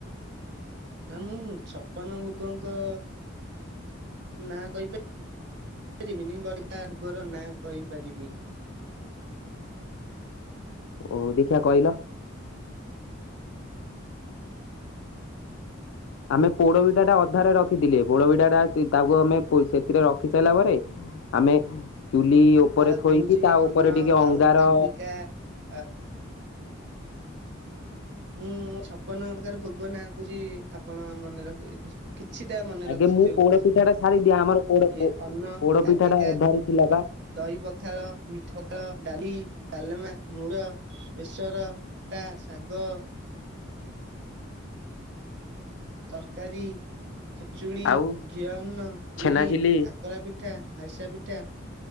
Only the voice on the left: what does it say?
ଓ ଦେଖିିବା କହିଲ? ଆମେ ପୋଡପିଠାଟା ଅଧାରେ ରଖିଥିଲେ। ପୋଡପିଠା ସେ ତାକୁ ଆମେ ପୁ ସେଥିରେ ରଖି ସାରିଲା ପରେ। ଆମେ ଚୁଲି ଉପରେ
ଥୋଇକି ତା
ଉପରେ ଟିକେ ଅଙ୍ଗାର
ଆଗେ ମୁଁ
ପୋଡ ପିଠା ଟା ସାରିଦିଏ ଆମର ପୋଡ
ପୋଡ
ପିଠା ଟା ଅଧାରେ ଥିଲା ବା
ଆଉ
ଛେନାଝିଲି